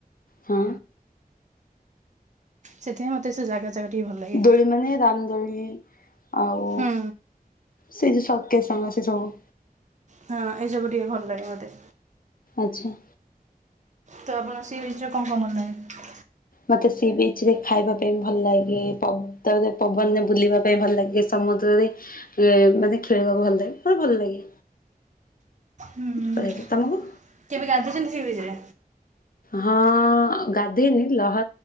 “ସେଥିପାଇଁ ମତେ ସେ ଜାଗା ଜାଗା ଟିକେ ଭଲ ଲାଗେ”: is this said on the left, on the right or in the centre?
Right